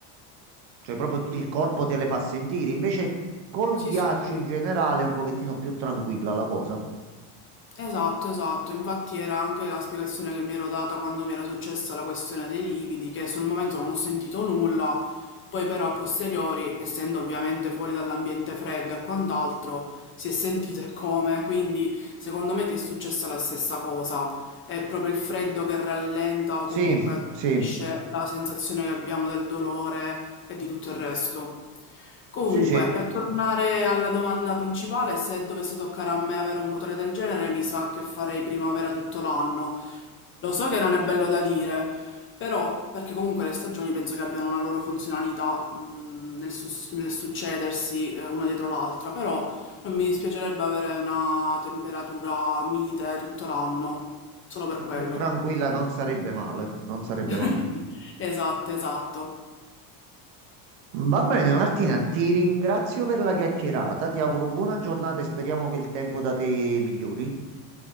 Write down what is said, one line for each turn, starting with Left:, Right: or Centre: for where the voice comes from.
Right: cioè proprio il corpo te le fa sentire. Invece col
Left: sì,
Right: ghiaccio
Left: sì. sì.
Right: in generale è un pochettino più tranquilla la cosa.
Left: Esatto, esatto, infatti era anche la spiegazione che mi ero data quando mi era successa la questione dei lividi, che sul momento non ho sentito nulla, poi però a posteriori, essendo ovviamente fuori dall'ambiente freddo e quant'altro, si è sentito e come, quindi secondo me ti è successa la stessa cosa è proprio il freddo che rallenta o
Right: Sì,
Left: comunque attutisce
Right: sì,
Left: la sensazione che abbiamo del dolore e di tutto il resto. Comunque,
Right: sì, sì, eh,
Left: per tornare alla domanda principale, se dovesse toccare a me avere un potere del genere, mi sa che farei primavera tutto l'anno, lo so che non è bello da dire, però, perché comunque le stagioni penso che abbiano una loro funzionalità, mh, nel, sus- nel succedersi, eh, una dietro l'altra, però non mi dispiacerebbe avere una temperatura mite tutto l'anno, solo per quello.
Right: più tranquilla non sarebbe male, non sarebbe
Left: <laughs>
Right: male.
Left: Esatto, esatto.
Right: Va bene Martina, ti ringrazio per la chiacchierata, ti auguro buona giornata e speriamo che il tempo da te migliori.